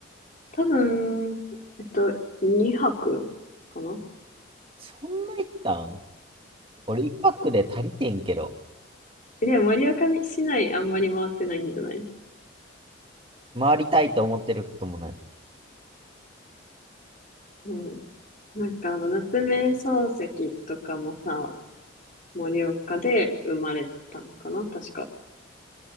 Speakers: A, on the left; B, on the right.
A: 多分、えっと、2泊かな
B: そんな行ったん俺一泊で足りてんけど、
A: でも盛岡市内あんまり回ってないんじゃない
B: 回りたいと思ってることもない。
A: そう。なんかあの、夏目漱石とかもさ、盛岡で生まれたのかな確か。